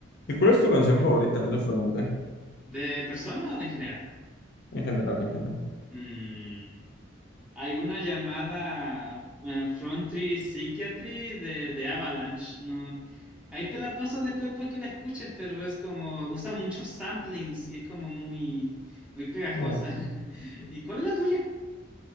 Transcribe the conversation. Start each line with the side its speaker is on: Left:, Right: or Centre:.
Left: ¿Y cuál es tu canción favorita? No te pregunté.
Centre: ¿De persona o de en general?
Left: En general, en general.
Centre: Mm, hay una llamada eh, Frontry Psychiatry de, de Avalanche. No, ahí te la paso después para que la escuches, pero es como, usa muchos samplings y es como muy, muy pegajosa.
Left: Ok.
Centre: <laughs> ¿Y cuál es la tuya?